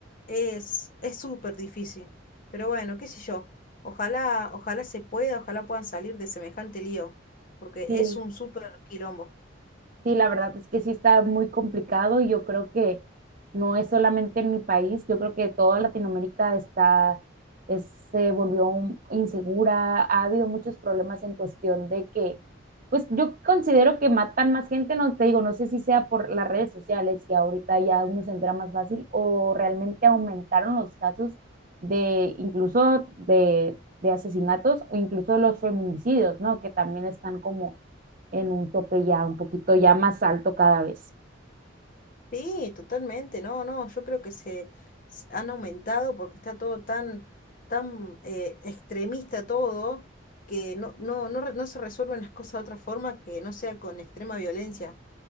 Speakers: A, on the left (about 45°); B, on the right (about 45°).
A: Es, es súper difícil. Pero bueno, qué sé yo. Ojalá, ojalá se pueda, ojalá puedan salir de semejante lío, porque
B: Sí,
A: es un súper quilombo.
B: Sí, la verdad es que sí está muy complicado y yo creo que no es solamente en mi país, yo creo que toda Latinoamérica está, es- se volvió un- insegura, ha habido muchos problemas en cuestión de que, pues yo considero que matan más gente, no te digo, no sé si sea por las redes sociales, que ahorita ya uno se entera más fácil, o realmente aumentaron los casos de incluso de, de asesinatos o incluso los feminicidios, ¿no? Que también están como en un tope ya un poquito ya más alto cada vez.
A: Sí, totalmente. No, no, yo creo que se, se han aumentado porque está todo tan, tan eh, extremista todo, que no, no, no, re- no se resuelven las cosas de otra forma que no sea con extrema violencia.